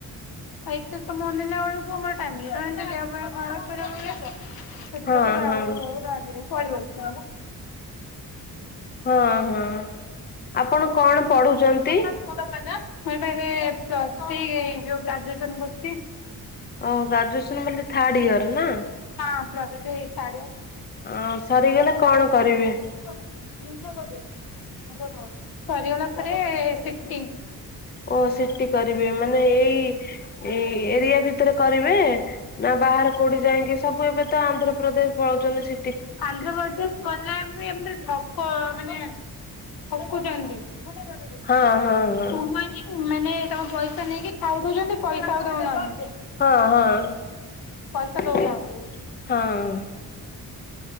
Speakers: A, on the left; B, on the left.
A: ଆ ଏତେ ସମୟ ଅନେଇଲା ବେଳକୁ ଆମର ଟାଇମ ହେଇ କାରଣ ଦେହ ପା ଖରାପ ରୁହେ। ସେଥି
B: ହଁ
A: ଯୋଗୁରୁ
B: ହଁ
A: ଆଉ ରହିବିନି କୁଆଡୁ ଆସିବ।
B: ହଁ ହଁ। ଆପଣ କଣ ପଢୁଛନ୍ତି?
A: <unintelligible> ମୁଁ ଏଠାରେ ପ୍ଲସ୍ ଥ୍ରୀ ଯୋଉ ଗ୍ରାଜୁଏସନ୍ କରିଚି।
B: ଓ ଗ୍ରାଜୁଏସନ ବୋଲି ଥାର୍ଡ ଇୟର୍ ନା?
A: ହଁ ପ୍ଲସ୍ ଥାର୍ଡ ଇୟର୍।
B: ଅ, ସରିଗଲେ କଣ କରିବେ?
A: ଓଃ, <unintelligible> ସରିଗଲା ପରେ ସିଟି।
B: ଓ ସିଟି କରିବେ ମାନେ ଏଇ ଏ ଏରିଆ ଭିତରେ କରିବେ ନା ବାହାରେ କୋଉଠି ଯାଇଁକି? ସବୁ ଏବେ ତ ଆନ୍ଧ୍ରପ୍ରଦେଶ ପଳଉଚନ୍ତି ସି
A: ଆନ୍ଧ୍ରପ୍ରଦେଶ ଗଲେ ବି ଏମିତି ଠକ ମାନେ ଠକୁଚନ୍ତି। ମୁଁ
B: ହଁ ହଁ ହଁ
A: କଇନି ଉ, ମାନେ ସେମାନେ ପଇସା ନେଇକି ଖାଇ ଦଉଚନ୍ତି ପଇସା ଆଉ ଦଉନାହାନ୍ତି।
B: ହଁ, ହଁ,
A: ପଇସା ଦଉନାହାନ୍ତି
B: ହଁ।